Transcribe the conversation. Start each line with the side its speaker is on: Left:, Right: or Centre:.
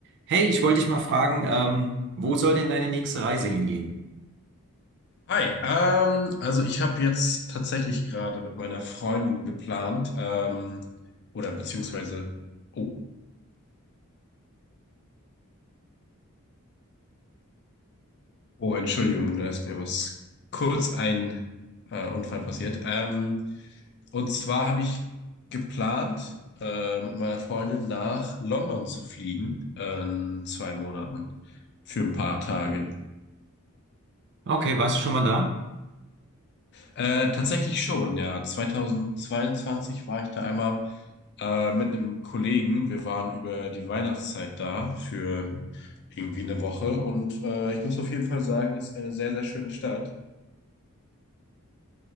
Right: Hey, ich wollte dich mal fragen, ähm, wo soll denn deine nächste Reise hingehen?
Left: Hi, ähm, also ich habe jetzt tatsächlich gerade mit meiner Freundin geplant, ähm, oder beziehungsweise, oh, oh, Entschuldigung, da ist mir was kurz ein äh, Unfall passiert. Ähm, und zwar habe ich geplant, äh, mit meiner Freundin nach London zu fliegen, äh, in zwei Monaten für ein paar Tage.
Right: Okay, warst du schon mal da?
Left: Äh, tatsächlich schon, ja. 2022 war ich da einmal äh, mit einem Kollegen. Wir waren über die Weihnachtszeit da für irgendwie eine Woche und äh, ich muss auf jeden Fall sagen, ist eine sehr, sehr schöne Stadt.